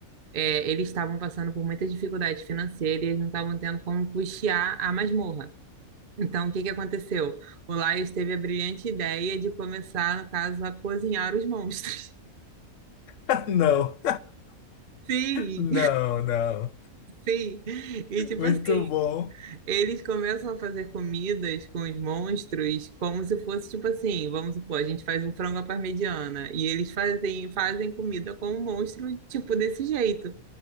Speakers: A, on the right (about 45°); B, on the left (about 60°).
A: É, eles estavam passando por muita dificuldade financeira e eles não estavam tendo como custear a masmorra. Então, o que que aconteceu? O Laios teve a brilhante ideia de começar, no caso, a cozinhar os monstros.
B: <laughs> Não,
A: <laughs> Sim,
B: não, não.
A: sim. E tipo
B: Muito
A: assim,
B: bom.
A: eles começam a fazer comidas com os monstros como se fosse tipo assim, vamos supor, a gente faz um frango à parmegiana e eles fazem fazem comida com o monstro tipo desse jeito.